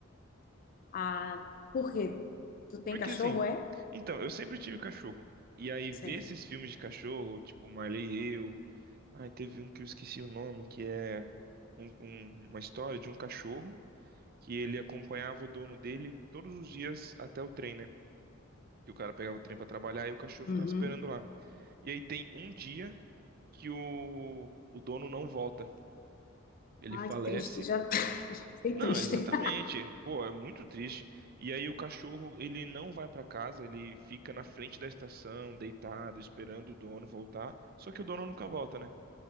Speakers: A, on the left; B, on the right.
A: Ah, por quê? Tu tem
B: Porque
A: cachorro,
B: assim,
A: é?
B: então, eu sempre tive cachorro. E aí
A: Certo.
B: ver esses filmes de cachorro, tipo Marley e Eu. Ai, teve um que eu esqueci o nome, que é um- um- uma história de um cachorro que ele acompanhava o dono dele todos os dias até o trem, né? Que o cara pegava o trem pra trabalhar e o cachorro
A: Uhum.
B: ficava esperando lá. E aí tem um dia que o, o dono não volta. Ele falece.
A: Ai, que triste. Já, <laughs> já fiquei
B: Não,
A: triste.
B: exatamente. Pô, é muito triste. E aí o cachorro, ele não vai pra casa, ele fica na frente da estação, deitado, esperando o dono voltar. Só que o dono nunca volta, né?